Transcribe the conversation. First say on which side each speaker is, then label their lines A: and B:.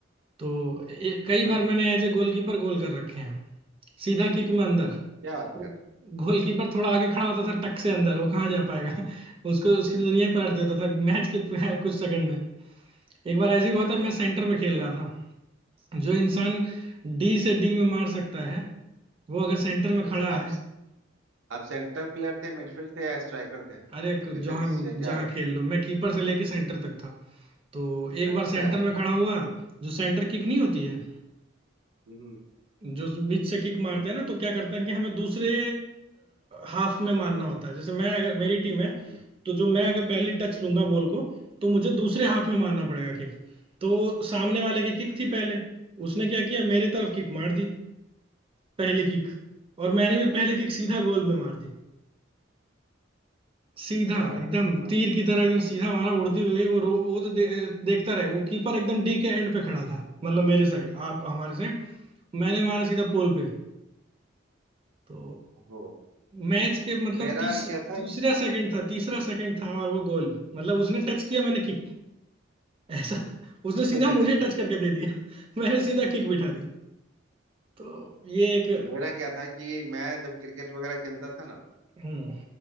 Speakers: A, on the right; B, on the right.
A: तो ये- कई
B: हाँ
A: बार मैंने एज ए गोलकीपर गोल कर रखे हैं सीधा किक में अंदर
B: क्या बात
A: वो
B: कर
A: गोलकीपर थोड़ा आगे खड़ा होता था टक से अंदर वो कहाँ जा पाएगा <laughs> उसको उसकी दुनिया ही पलट देता था मैच के <laughs> कुछ सेकंड में एक बार ऐसे ही हुआ
B: अरे
A: था मैं सेंटर
B: वाह
A: पे खेल रहा था जो इंसान डी से डी में मार सकता है वो अगर सेंटर में
B: अच्छा
A: खड़ा
B: अच्छा
A: है
B: आप आप सेंटर प्लेयर थे मिडफील्ड थे या स्ट्राइकर थे
A: अरे कु-
B: डिफेंस
A: जहाँ
B: या क्या
A: जहाँ खेल लो मैं कीपर से लेके सेंटर तक था तो एक
B: अच्छा
A: बार सेंटर में खड़ा हुआ जो सेंटर किक नहीं होती है
B: हम्म
A: जो बीच से किक मारते हैं ना तो क्या करते हैं कि हमें दूसरे हाफ में मारना होता है जैसे मैं अगर मेरी टीम है
B: हम्म
A: तो जो मैं अगर पहली टच लूंगा
B: हम्म,
A: बॉल को तो मुझे दूसरे हाफ में मारना पड़ेगा किक तो सामने वाले की किक
B: हम्म।
A: थी पहले
B: अच्छा
A: उसने क्या किया मेरे तरफ किक मार दी पहली किक और मैंने भी
B: अच्छा
A: पहली
B: अच्छा
A: किक सीधा गोल में मार दी सीधा
B: अच्छा,
A: एकदम
B: वाह
A: तीर की तरह एकदम सीधा हमारा उड़ती हुई वो रो- वो तो दे, देखता रहे वो कीपर एकदम डी के एंड पे खड़ा था मतलब मेरी साइड आप हमारे से मैंने मारा सीधा पोल पे तो
B: हो
A: मैच के मतलब
B: मेरा
A: तीस
B: क्या था
A: दूसरा सेकंड था तीसरा सेकंड था और वो गोल मतलब उसने टच किया मैंने किक ऐसा उसने
B: <laughs>
A: सीधा मुझे टच करके दे दिया <laughs> मैंने सीधा किक बिठा दी तो ये एक
B: मेरा क्या था कि मैं जब क्रिकेट वगैरह खेलता था ना
A: हम्म